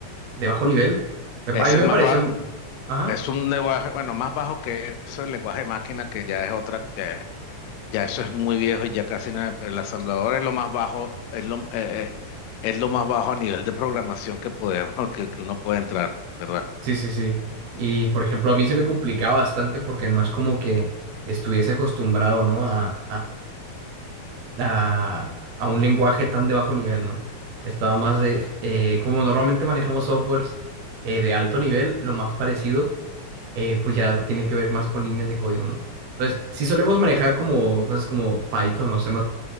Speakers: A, on the right (about 65°); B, on the left (about 80°).
A: de bajo nivel. Me
B: Es
A: pa- a mí
B: el
A: me
B: más
A: parecía...
B: ba-
A: mu- Ajá,
B: es un lenguaje, bueno, más bajo que eso, el lenguaje de máquina, que ya es otra, ya, ya eso es muy viejo y ya casi no pero el asamblador es lo más bajo, es lo, eh, eh, es lo más bajo a nivel de programación que podemos, que, que uno puede entrar, ¿verdad?
A: sí, sí, sí. Y por ejemplo, a mí se me complicaba bastante porque no es como que estuviese acostumbrado, ¿no? A, a, a un lenguaje tan de bajo nivel, ¿no? Estaba más de, eh, como normalmente manejamos softwares eh, de alto nivel, lo más parecido, eh, pues ya tiene que ver más con líneas de código, ¿no? Entonces, sí solemos manejar como cosas como Python o C++,